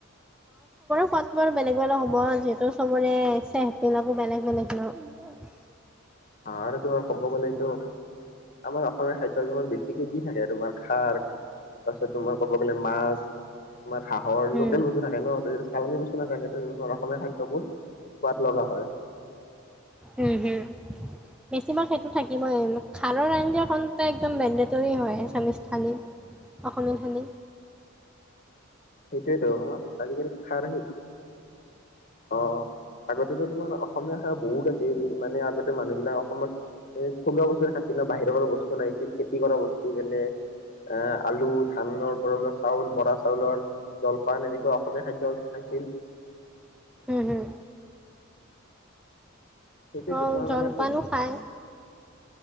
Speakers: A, in the centre; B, on the left (about 40°).
A: সোৱাতটো আৰু বেলেগ বেলেগ হ'ব যিহেতু চবৰে চেহৰ বিলাকো বেলেগ বেলেগ ন।
B: অ আৰু তোমাৰ ক'ব গলে এইটো আমাৰ অসমীয়া খাদ্য যিমান বেছিকে কি থাকে তোমাৰ? খাৰ, তাৰপিছত তোমাৰ কব গ'লে মাছ, তোমাৰ হাঁহৰ
A: উম
B: লোকেল বস্তু থাকে ন, যত চালনী বস্তু নাথাকে অসমীয়া খাদ্যবোৰ সোৱাদ লগা হয়।
A: উম হুম বেছিভাগ সেইটো থাকিবই খাৰৰ আঞ্জাখন একমদ মেন্দেটৰি হয়। থালীত অসমীয়া থালী।
B: সেইটোৱেতো আজিকালি খাৰ আহি অ আগতে তোমাৰ অসমীয়া খাৰ বহুত আছিল, মানে আগতে মানুহ বিলাক অসমত থলুৱা বস্তু খাইছিল ন, বাহিৰৰ পৰা বস্তু নাইছিল খেতি কৰা বস্তু যেনে এ আলু ধানৰ পৰা চাউল, বৰা চাউলৰ জলপান এনেকুৱা অসমীয়া খাদ্য খাইছিল।
A: হম হম।
B: সেইটোৱেতো
A: অহ
B: তোমাৰ
A: জলপানো
B: মানে আকৌ
A: খাই।